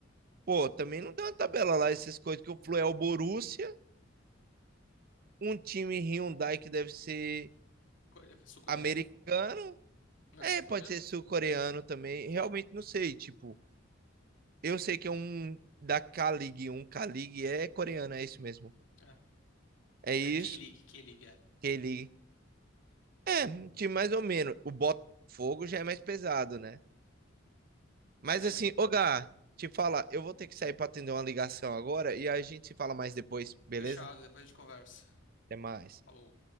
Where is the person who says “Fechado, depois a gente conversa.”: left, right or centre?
Left